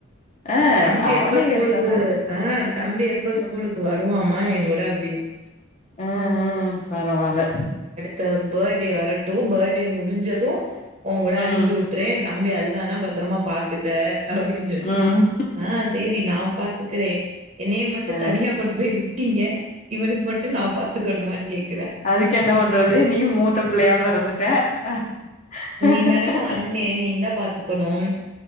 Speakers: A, on the left (about 35°); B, on the right (about 35°).
A: அ
B: தம்பி
A: அவன
B: எப்ப ஸ்கூலுக்கு
A: கேட்டானா
B: ஆ தம்பி எப்ப
A: ம்
B: ஸ்கூலுக்கு வருவாமா எங்கூட அப்டின்
A: அ அ பரவால்ல
B: த பர்டே வரட்டு பர்டே முடிஞ்சது உங்கூட அனுப்பி
A: ம்
B: வுட்றே தம்பிய அழு தானா பத்தரமா பாத்துக்க அப்படின் சொன்னே
A: ம்
B: ஆ சேரி நா பாத்துக்கறே என்னைய மட்டு
A: அ
B: தனியா கொண்டு போய் விட்டீங்க இவனுக் மட்டு நா பாத்துக்கணுமான் கேக்கறா
A: அதுக்கு என்ன பண்றது நீ மூத்த பிள்ளையா பெறந்துட்ட அ ஆ
B: நீந்தானமா அண்ணே நீந்தா பாத்துக்கணும்